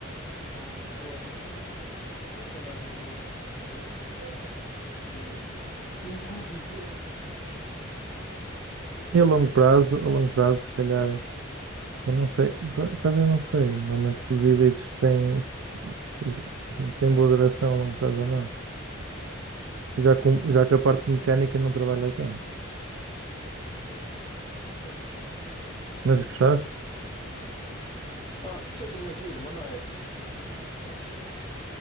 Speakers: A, on the left (about 25°); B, on the right (about 70°).
A: Só o motor é. é- Pois tem mais um motor. Um motor é híbrido. Tem um motor elétrico.
B: E a longo prazo, a longo prazo, se calhar, eu não sei, por acaso eu não sei, realmente se os híbridos têm, se, se- se têm boa duração a longo prazo ou não. Já, com, já que a parte mecânica não trabalha tanto.
A: Pois, não sei.
B: Mas gostaste?
A: Ah, sim, é giro, mas não é assim muito, muito potente.